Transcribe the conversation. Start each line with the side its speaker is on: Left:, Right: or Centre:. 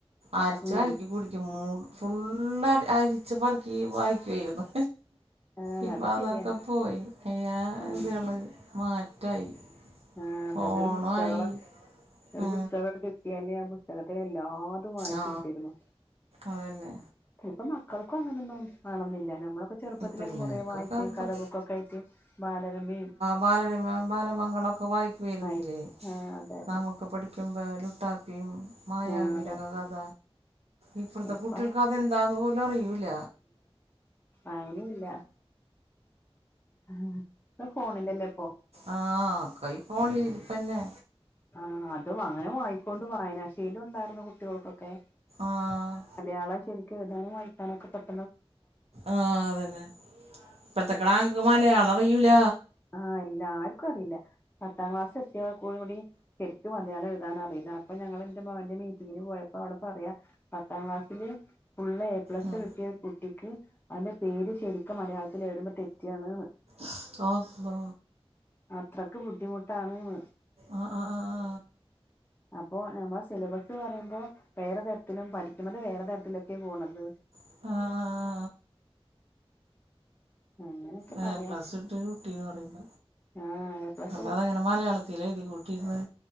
Right: അരച്ച
Left: ഉം
Right: അരക്കി കുടിക്കും മൂ ഫുള് അരിച്ച് പറക്കി വായിക്കയിരുന്നു
Left: ആഹ്
Right: ഇപ്പൊ
Left: അത്
Right: അതൊക്കെ
Left: ശരിയാണ്
Right: പോയി അ്യ
Left: ആഹ്
Right: ളെ മാറ്റായി
Left: ആഹ
Right: ഫോണായി
Left: അതെ അതൊരു പുസ്തകങ്ങള ഒരു
Right: ആ
Left: പുസ്തകം എടു കിട്ടിയാലേ ആ പുസ്തകത്തി എല്ലാതും വായിച്ചു
Right: ആ
Left: എടു കുവായിരുന്നു
Right: അതന്നെ
Left: ഇപ്പ മക്കൾക്കും അങ്ങനെന്നോന്നും വേണം ന്നില്ല നമ്മളൊക്കെ ചെറുപ്പത്തിലൊക്കെ
Right: ഈ പിള്ളേർക്കൊക്കെ
Left: കൊറെ വായിച്ച
Right: ഇപ്പം
Left: കഥ ബുക്കൊക്കെ ആയിട്ട് ബാലരമി
Right: ബാലര ബാലമംഗളൊക്കെ വായിക്കുായിരുന്നില്ലേ
Left: ആയി ആ അതെ അതെ
Right: നമൊക്കെ പഠി ക്കും പ്പ ലുട്ടാപ്പിയും മായവിയുടെ
Left: ആ അതെ
Right: ഒക്കെ കഥ ഇപ്പത്തെ
Left: ഇപ്പ
Right: കുട്ടികൾക്ക് അതെന്താന്ന് പോലും അറിയിൂല
Left: ആയിന ഇല്ല ആ ഇ ഫോണിലല്ലേ ഇപ്പോ
Right: ആഹ കൈ ഫോണി ഇപ്പന്നെ
Left: ആ അതും അങ്ങനെ വായിക്കൊണ്ട് വായനാശേയില ഉണ്ടായിരുന്ന കുട്ടികൾക്കൊക്കെ
Right: ആഹ
Left: മലയാളം ശരിക്കും ഏയുതാനും വായിക്കാനൊക്കെ പറ്റ
Right: ആഹ അതന്നെ ഇപ്പഴത്തകിടാങ്ങക്ക് മലയാള അറയിൂല
Left: ആഹ എല്ലാർക്കും അറിയില്ല പത്താം ക്ലാസ് എത്തിയെ കൂടി ശരിക്കും മലയാളം എഴുതാൻ അറിയില്ല അപ്പൊ ഞങ്ങൾ എന്റെ മകന്റെ മീറ്റിങ്ങിന് പോയപ്പോ അവിടെ പറയാ പത്താം ക്ലാസ്സിലി ഫുള്ള് എ പ്ലസ്
Right: ഉം.
Left: കിട്ടിയ കുട്ടിക്ക് അവന്റെ പേര് ശരിക്കും മലയാളത്തിൽ എഴതുമ്പോ തെറ്റിയാണ്
Right: സ് അള്ളാ
Left: അത്രയ്ക്ക് ബുദ്ധിമുട്ടാണ് ന്ന്
Right: ആ ആ ആ ആ
Left: അപ്പോ നമ്മളെ സിലബസ് പറയുമ്പോ വേറെ തരത്തിലും പഠിക്കുന്നത് വേറെ തരത്തിലൊക്കെ പോണത്
Right: ആ ആ ആ
Left: അങ്ങനെയൊക്കെ
Right: ഏ
Left: പറയാ
Right: പ്ലസ് കുട്ടീന്ന് പറയുമ്പ
Left: ആഹ് എ പ്ലസ്
Right: അതതങ്ങനെ മലയാളത്തി തിലഴുതി കൂട്ടിയിരന്ന്